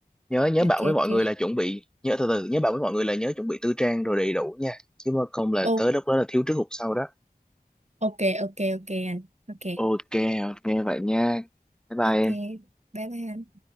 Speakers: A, in the centre; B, on the right (about 45°).
A: nhớ nhớ
B: Ok
A: bảo với mọi
B: ok.
A: người là chuẩn bị nhớ từ từ nhớ bảo với mọi người là nhớ chuẩn bị tư trang rồi đầy đủ nha chứ mà không là
B: Ô,
A: tới lúc đó là thiếu trước hụt sau đó
B: ok ok ok anh. Ok.
A: ok ok vậy nha bye bye
B: Ok.
A: em.
B: Bye bye. anh